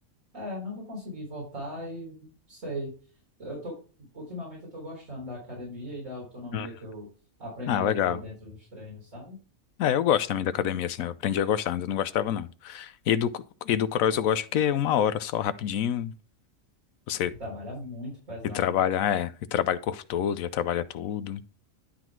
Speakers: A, on the right; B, on the left.
A: É, nunca consegui voltar e não sei. Eu tô, ultimamente eu tô gostando da academia e da autonomia
B: Uhum.
A: que eu aprendi
B: Ah, legal.
A: a ter dentro dos treinos, sabe?
B: Ah, eu gosto também da academia, assim, eu aprendi a gostar, antes eu não gostava, não. E do, e do cross eu gosto porque é uma hora só, rapidinho, você
A: E trabalha muito pesado,
B: e trabalha,
A: né?
B: é, e trabalha o corpo todo, já trabalha tudo.